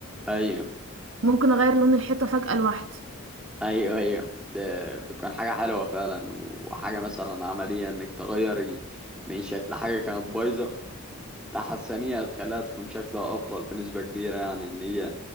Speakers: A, in the centre; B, on the right (about 60°).
A: ايوه
B: ممكن اغير لون الحيطه فجاه لوحدي
A: ايوه ايوه ده بتكون حاجة حلوة فعلا وحاجة مثلا عملية انك تغيري من شكل حاجة كانت بايظة تحسنيها هتخليها تكون شكلها افضل بنسبة كبيرة يعني ان هي